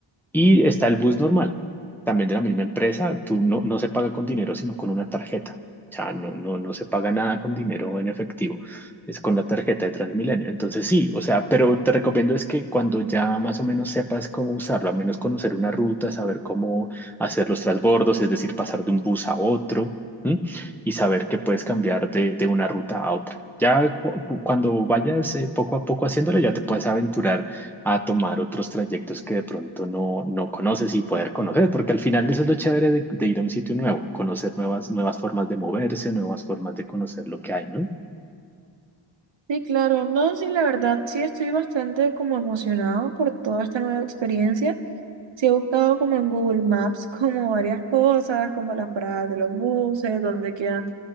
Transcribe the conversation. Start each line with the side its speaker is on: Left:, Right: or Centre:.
Centre: Y está el bus normal, también de la misma empresa. Tú no, no se paga con dinero, sino con una tarjeta. O sea, no, no, no se paga nada con dinero en efectivo. Es con la tarjeta de Transmilenio. Entonces sí, o sea, pero te recomiendo es que cuando ya más o menos sepas cómo usarlo, al menos conocer una ruta, saber cómo hacer los transbordos, es decir, pasar de un bus a otro, ¿m? y saber que puedes cambiar de, de una ruta a otra. Ya cu- cu- cuando vayas eh, poco a poco haciéndolo, ya te puedes aventurar a tomar otros trayectos que de pronto no, no conoces y poder conocer, porque al final eso es lo chévere de, de ir a un sitio nuevo, conocer nuevas, nuevas formas de moverse, nuevas formas de conocer lo que hay, ¿no?
Right: Sí, claro, no, sí, la verdad, sí estoy bastante como emocionado por toda esta nueva experiencia. Sí he buscado como en Google Maps <laughs> como varias cosas, como las paradas de los buses, donde quedan,